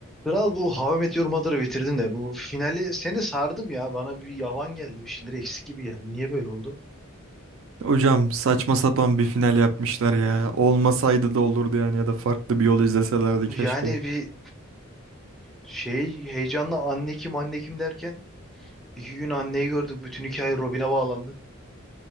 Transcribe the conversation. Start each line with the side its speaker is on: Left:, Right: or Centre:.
Centre: Kral bu How I Met Your Mother'ı bitirdin de bu finali seni sardım ya. Bana bir yavan geldi bir şeyler eksik gibi geldi. Niye böyle oldu?
Right: Hocam saçma sapan bir final yapmışlar ya. Olmasaydı da olurdu yani ya da farklı bir yol izleselerdi
Centre: Yani
Right: keşke.
Centre: bir şey heyecanla anne kim anne kim derken iki gün anneyi gördük. Bütün hikaye Robin'e bağlandı.